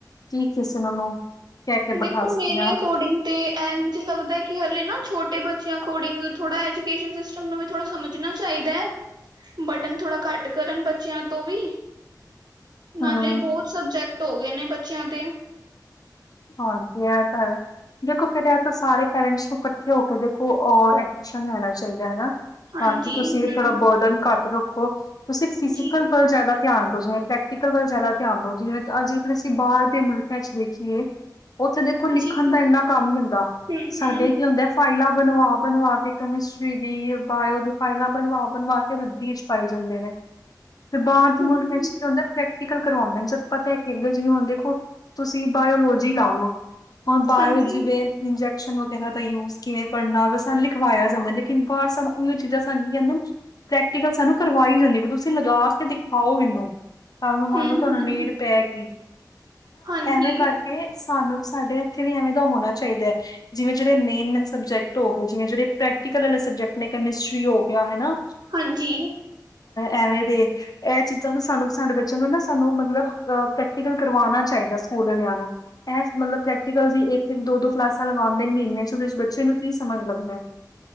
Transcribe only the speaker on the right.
ਦੇਖੋ
ਮੇਰੇ
ਅਕੋਰਡਿੰਗ ਤੇ ਇਂਝ ਲੱਗਦਾ ਕਿ ਹਲੇ ਨਾ ਛੋਟੇ ਬੱਚਿਆਂ ਅਕੋਰਡਿੰਗ ਥੋੜ੍ਹਾ ਐਜੂਕੇਸ਼ਨ ਸਿਸ ਟਮ ਨੂੰ ਵੀ ਥੋੜਾ ਸਮਝਣਾ ਚਾਹੀਦਾ ਹੈ। ਬਰਡਨ ਥੋੜ੍ਹਾ ਘੱਟ ਕਰਨ ਬੱਚਿਆਂ ਤੋਂ ਵੀ ਨਾਲੇ
ਬਹੁਤ ਸਬਜੈਕਟ ਹੋ ਗਏ ਨੇ ਬੱਚਿਆਂ ਦੇ
ਹਾਂਜੀ
ਹੂੰ
ਜੀ
ਜੀ ਹੂੰ
ਹੂੰ
ਹੂੰ
ਹਾਂਜੀ
ਹੂੰ
ਹੂੰ
ਹਾਂਜੀ
ਹਾਂਜੀ